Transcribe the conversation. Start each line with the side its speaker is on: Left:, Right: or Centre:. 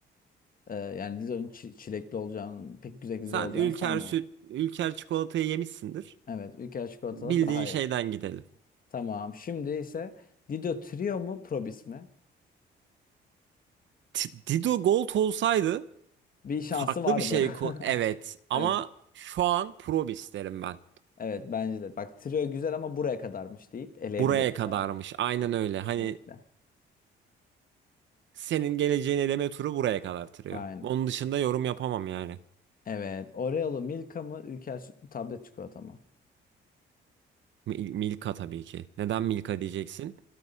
Left: Ee, yani Dido'nun çi- çilekli olacağını, pek güzel güzel
Right: Sen
Left: olacağını
Right: Ülker
Left: sanmıyorum.
Right: süt, Ülker çikolatayı yemişsindir.
Left: Evet. Ülker çikolatalı
Right: Bildiğin
Left: daha
Right: şeyden
Left: iyi.
Right: gidelim.
Left: Tamam. Şimdi ise Dido Trio mu Probis mi?
Right: T- Dido Gold olsaydı
Left: Bir şansı
Right: farklı
Left: vardı.
Right: bir şey ko- evet
Left: <laughs>
Right: ama
Left: Evet.
Right: şu an Probis derim ben.
Left: Evet bence de. Bak trio güzel ama buraya kadarmış deyip eleyebiliriz
Right: Buraya kadarmış.
Left: ben.
Right: Aynen
Left: Evet,
Right: öyle.
Left: Kesinlikle.
Right: Hani senin geleceğin eleme turu buraya kadar tırıyor.
Left: Aynen.
Right: Onun dışında yorum yapamam yani.
Left: Evet. Oreo'lu Milka mı? Ülker sütlü tablet çikolata mı?
Right: Mi- Milka tabii ki. Neden Milka diyeceksin?